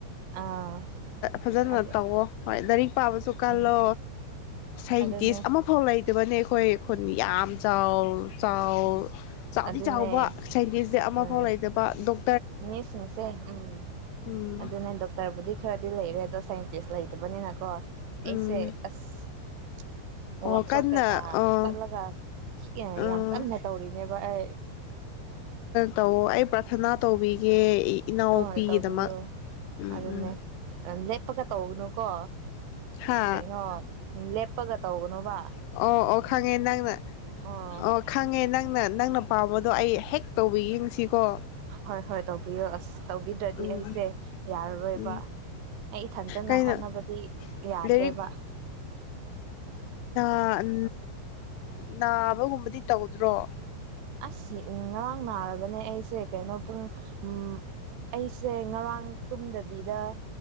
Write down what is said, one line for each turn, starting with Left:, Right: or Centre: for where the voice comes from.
Right: ꯑꯥ
Left: ꯐꯖꯅ
Right: ꯑꯗ
Left: ꯇꯧꯋꯣ ꯍꯣꯏ ꯂꯥꯏꯔꯤꯛ ꯄꯥꯕꯁꯨ ꯀꯜꯂꯣ
Right: ꯎꯝ
Left: ꯁꯥꯏꯟꯇꯤꯁ
Right: ꯑꯗꯨꯅꯦ
Left: ꯑꯃꯐꯥꯎ ꯂꯩꯇꯕꯅꯦ ꯑꯩꯈꯣꯏ ꯈꯨꯟ ꯌꯥꯝ ꯆꯥꯎ - ꯆꯥꯎ ꯆꯥꯎꯗꯤ
Right: ꯑꯗꯨꯅꯦ
Left: ꯆꯥꯎꯕ ꯁꯥꯏꯟꯇꯤꯁꯗꯤ ꯑꯃꯐꯥꯎ
Right: ꯎꯝ
Left: ꯂꯩꯇꯕ ꯗꯣꯛ
Right: ꯃꯤꯁꯤꯡꯁꯦ ꯎꯝ
Left: ꯎꯝ
Right: ꯑꯗꯨꯅꯦ ꯗꯣꯛꯇꯔꯕꯨꯗꯤ ꯈꯔꯗꯤ ꯂꯩꯔꯦ ꯑꯗꯣꯥꯁꯨ ꯀꯁꯂ ꯍ ꯇꯕꯨꯅꯤ ꯅꯅꯥꯀꯣ
Left: ꯎꯝ
Right: ꯑꯩꯁꯦ ꯑꯁ
Left: ꯑꯣ
Right: ꯋꯥꯥꯛꯁꯣꯞ
Left: ꯀꯟꯅ
Right: ꯀꯩꯀꯥ
Left: ꯑꯥ
Right: ꯆꯠꯂꯒ
Left: ꯑꯥ
Right: ꯌꯥꯝ ꯀꯟꯅ ꯇꯧꯔꯤꯅꯦꯕ ꯑꯩ
Left: ꯇꯧ ꯑꯩ ꯄ꯭ꯔꯥꯊꯅꯥ ꯇꯧꯕꯤꯒꯦ꯫ ꯏꯅꯥꯎꯄꯤꯒꯤꯗꯃꯛ
Right: ꯍꯣꯏ ꯇꯧꯕꯌꯣ
Left: ꯎꯝ
Right: ꯑꯗꯨꯅꯦ
Left: ꯎꯝ
Right: <unintelligible> <unintelligible> ꯇꯧꯅꯨꯀꯣ
Left: ꯍꯥ
Right: ꯀꯩꯅꯣ ꯂꯦꯞ ꯄꯒ ꯇꯧꯕꯅꯣꯕ
Left: ꯑꯣ ꯑꯣ ꯈꯪꯉꯦ ꯅꯪꯅ
Right: ꯑꯥ
Left: ꯑꯣ ꯈꯪꯉꯦ ꯅꯪꯅ ꯅꯪꯅ ꯅꯪꯅ ꯄꯥꯕꯗꯣ ꯑꯩ ꯍꯦꯛ ꯇꯧꯕꯤꯒꯦ ꯉꯁꯤꯀꯣ
Right: ꯍꯣꯏ - ꯍꯣꯏ ꯇꯧꯕꯤꯌꯣ ꯑꯁ ꯇꯧꯕꯤꯗ꯭ꯔꯗꯤ
Left: ꯎꯝ
Right: ꯑꯩꯁꯦ ꯌꯥꯔ ꯔꯣꯏꯕ
Left: ꯎꯝ
Right: ꯑꯩ ꯏꯊꯟꯇꯅ
Left: ꯀꯩꯅꯣ
Right: ꯍꯣꯠꯅꯕꯗꯤ ꯌꯥꯗ꯭ꯔꯦꯕ꯫
Left: ꯂꯥꯏꯔꯤꯛ ꯎꯝ ꯅꯥꯕꯒꯨꯝꯕꯗꯤ ꯇꯧꯗ꯭ꯔꯣ?
Right: ꯑꯁ ꯉꯔꯥꯡ ꯅꯥꯔꯕꯅꯦ ꯑꯩꯁꯦ꯫ ꯀꯩꯅꯣ ꯄꯨꯡ ꯎꯝ ꯑꯩꯁꯦ ꯉꯔꯥꯡ ꯇꯨꯝꯗꯕꯤꯗ